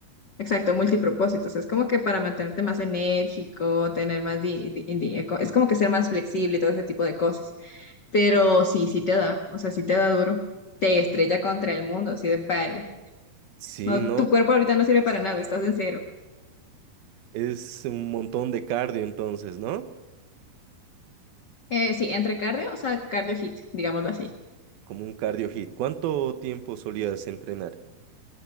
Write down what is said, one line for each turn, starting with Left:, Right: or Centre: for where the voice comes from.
Left: exacto, multipropósitos. Es como que para mantenerte más enérgico, tener más, di- di- di- es como que ser más flexible y todo ese tipo de cosas. Pero sí, sí te da, o sea, sí te da duro. Te estrella contra el mundo, así de pare.
Right: Sí,
Left: No,
Right: ¿no?
Left: tu cuerpo ahorita no sirve para nada, estás en cero.
Right: Es un montón de cardio entonces, ¿no?
Left: Eh, sí, entre cardio, o sea, cardio hit, digámoslo así.
Right: Como un cardio hit. ¿Cuánto tiempo solías entrenar?